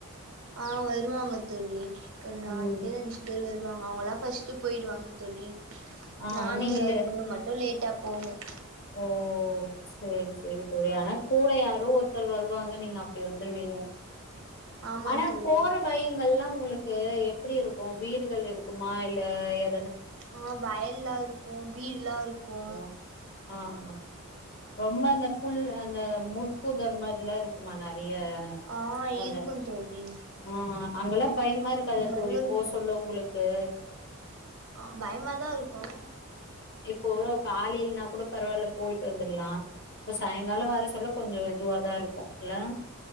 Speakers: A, on the right; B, on the left.
A: ஆ வருவாங்க தோழி ஒரு நாலு
B: ம்
A: பேர் அஞ்சு பேர் வருவாங்க அவுங்களா ஃபஸ்டு போயிடுவாங்க தோழி
B: ஆ
A: நானு
B: நீங்களே
A: இன்னொரு பொண்ணு மட்டு லேட் கிட்ட போவும்
B: ஓ சேரி சேரி சேரி ஆனா கூட யாரோ ஒருத்தர் வருவாங்க நீங்க அப்டி வந்துருவீங்க
A: ஆமா
B: ஆனா
A: தோழி
B: போற வழிங்கள்ல்லா உங்களுக் க்கு எப்டி இருக்கும் வீடுகள் இருக்குமா இல்ல எ
A: ஆ வயல்லா இருக்கு வீடுல்லா இருக்கு
B: ஓ! ஆ அப் ரொம்ப அந்தப் புல் அந்த முட் பூதர் மாரில்லா இருக்குமா நா அப்டியா
A: ஆ
B: அத
A: இருக்கு தோழி
B: ஆ அங்கல்லா பயமா இருக்கதா
A: அங்கங்க
B: தோழி
A: இருக்கு
B: போ சொல்ல உங்களுக் க்கு
A: ஆ பயமாதா இருக்கு
B: போன ப் காலைலனா கூட பரவால்ல போயிட்டு வர ல்லா இப்ப சாய்கால வர சொல்ல கொஞ்ச இதுவதா இருக்கு இல்ல